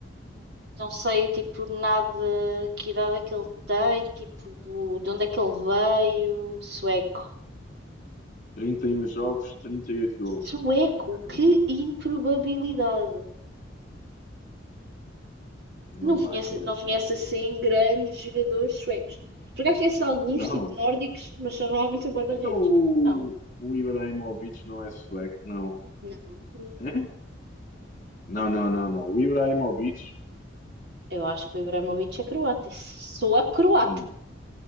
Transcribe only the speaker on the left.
31 jogos, 38 gols.
Este gajo é uma
máquina,
uma
máquina
de
fazer gols.
Não.
Então o,
o Ibrahimovic não é sueco? Não.
É? Não, não, não, não. O Ibrahimovic?
Não.